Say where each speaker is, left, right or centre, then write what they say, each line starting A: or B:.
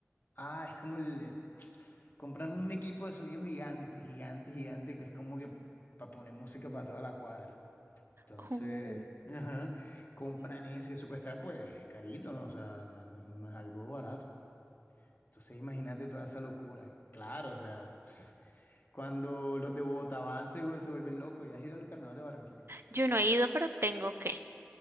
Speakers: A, on the left (about 45°); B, on the right (about 50°).
A: Ah, es como el... el- Compran un equipo de sonido gigante, gigante, gigante, que es como que para poner música para toda la cuadra. Entonces,
B: Uh,
A: ajá, compran eso y eso cuesta pues es carito, ¿no? O sea, no, no no es algo barato. Entonces imagínate toda esa locura. Claro, o sea... <sniffs> <tsk> Cuando los de Bogotá van, se, vu- se vuelven locos. ¿Ya has ido al carnaval de Barranquilla?
B: yo no he ido, pero tengo que.